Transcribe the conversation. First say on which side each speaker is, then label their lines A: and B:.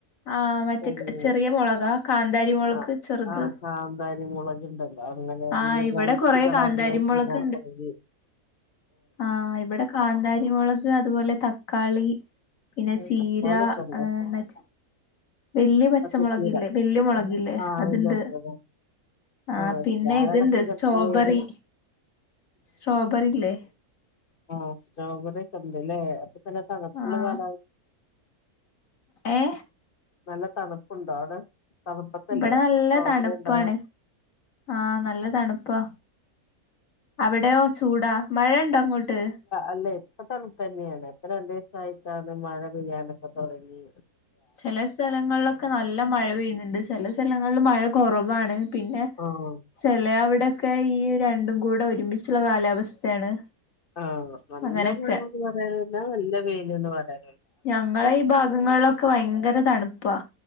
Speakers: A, on the left; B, on the left.
A: ആഹ് മറ്റേ
B: തെങ്ങ്
A: ചെറിയ മൊളകാ. കാന്താരി മൊളക്
B: ആ
A: ചെറുത്.
B: ആ കാന്താരി മൊളകിണ്ടെല്ലോ. അങ്ങനെ
A: ആഹ്
B: ഈ
A: ഇവിടെ
B: വൈറ്റ്
A: കൊറെ
B: കളറിലെക്കെയിതാക്കണത്.
A: കാന്താരിമുളക് ആ ഇവടെ കാന്താരിമൊളക്, അതുപോലെ തക്കാളി. പിന്നെ
B: ആ,
A: ചീര
B: തക്കാളിയൊക്കെ ഉണ്ടോ
A: ആഹ് മറ്റേ വല്യ പച്ചമൊളകില്ലേ,
B: പച്ചച്ചീര
A: വല്യ മൊളകില്ലേ
B: ആ
A: അതിന്റെ
B: വലിയ അസുഖം
A: ആഹ്,
B: ആ
A: പിന്നെ
B: ശരി ആരാതൊക്കെ
A: ഇതിണ്ട്.
B: കൃഷി
A: സ്ട്രോബെറി.
B: ചെയ്യുന്നു
A: സ്ട്രോബെറില്ലേ.
B: ആഹ് സ്ട്രോബെറിക്കെയൊണ്ടല്ലേ. അപ്പൊ തന്നെ തണുപ്പൊള്ള
A: ആഹ്
B: കാലവ
A: ഏഹ്?
B: നല്ല തണുപ്പുണ്ടോ അവെടെ? തണുപ്പത്തല്ലേ
A: ഇവിടെ നല്ല
B: സ്ട്രോബെറി
A: തണുപ്പാണ്
B: ഉണ്ടാവാ?
A: ആഹ്, നല്ല തണുപ്പാ. അവെടെയോ ചൂടാ. മഴയൊണ്ടോ അങ്ങോട്ട്?
B: അല്ലയ്, ഇപ്പ തണുപ്പെന്നെയാണ്. ഇപ്പ രണ്ടുവ്സായിട്ടാണ് മഴ പെയ്യാനെക്കെ തൊടങ്ങി.
A: ചെല സ്ഥലങ്ങളിലൊക്കെ നല്ല മഴ പെയ്യുന്നുണ്ട്. ചെല സ്ഥലങ്ങളിൽ മഴ കൊറവാണ്. പിന്നെ.
B: ആഹ്!
A: ചെല അവെടെക്കെ ഈ രണ്ടും കൂടെ ഒരുമിച്ചുള്ള കാലാവസ്ഥയാണ്.
B: ആഹ് നല്ല
A: അങ്ങനെയൊക്കെ
B: മഴെന്ന് പറയണ്ട. നല്ല വെയിൽന്ന് പറേ.
A: ഞങ്ങളെ ഈ ഭാഗങ്ങളിലൊക്കെ ഭയങ്കര തണുപ്പാ.